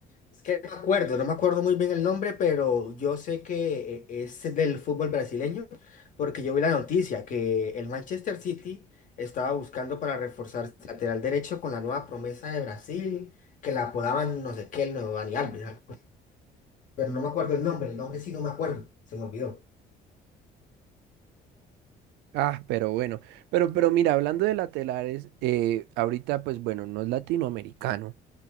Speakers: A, on the left; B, on the right.
A: Es que no me acuerdo, no me acuerdo muy bien el nombre, pero yo sé que eh, es del fútbol brasileño, porque yo vi la noticia que el Manchester City estaba buscando para reforzar su lateral derecho con la nueva promesa de Brasil, que la apodaban no sé qué, el nuevo Dani Alves, algo. pero no me acuerdo el nombre, el nombre sí no me acuerdo, se me olvidó.
B: Ah, pero bueno, pero, pero mira, hablando de laterales, eh, ahorita pues bueno, no es latinoamericano,